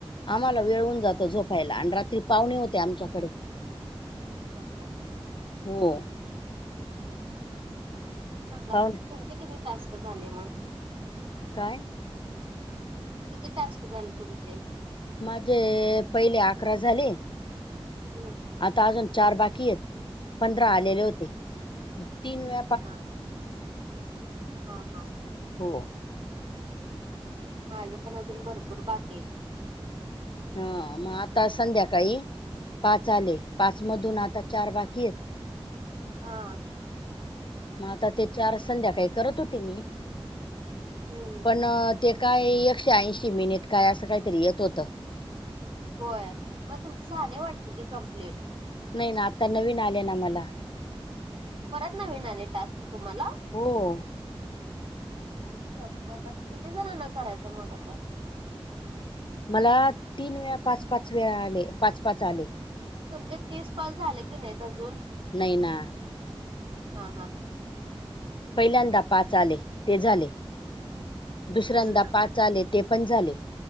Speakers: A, on the left; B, on the right.
A: आम्हाला वेळ होवून जातो झोपायला आणि रात्री पाहुणे होते आमच्याकडे
B: हा हा
A: होय.
B: पेपर
A: पावणे
B: तुमचे किती टास्क झाले म
A: काय?
B: किती टास्क झाले तुमचे.
A: माझे पहिले अकरा झाले.
B: हूं
A: आता अजून चार बाकी ये पंधरा आलेले होते म तीन वे
B: हा हा हा हा
A: हो.
B: माझे पण अजून भरपूर बाकी येत.
A: हा मग आता संध्याकाळी पाच आले पाच मधून आता चार बाकी येत.
B: हा
A: म आता ते चार संध्याकाळी करत होते मी
B: हम्म
A: पण ते काय एकशे ऐंशी मिनिट काय असं काय तरी येत होतं.
B: होय म तुमचं झालंय वाटत की कम्प्लीट
A: नाय ना आता नवीन आले ना मला
B: परत नविन आले टास्क तुम्हाला?
A: हो
B: अई शप्पथ! अशे किती जणांना करायचं मग आता
A: मला तीन वेळा पाच पाच वेळा आले पाच पाच आले.
B: तुमचे तीस कॉल झाले की नाहीत अजून
A: नाई ना
B: हा हा
A: पहिल्यांदा पाच आले ते झाले. दुसऱ्यांदा
B: हम्म
A: पाच आले ते पण झाले